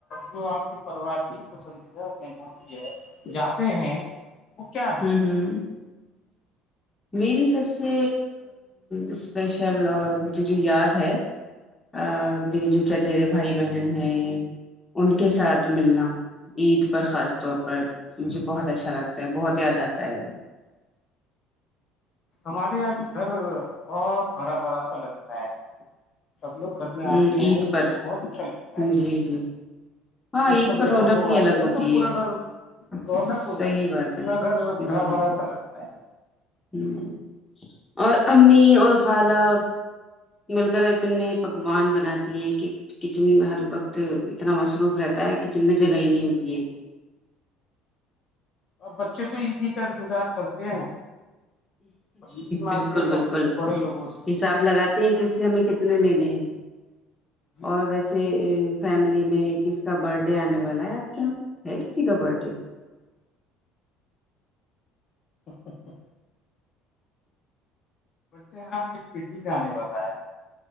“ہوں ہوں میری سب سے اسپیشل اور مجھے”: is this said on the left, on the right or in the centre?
Left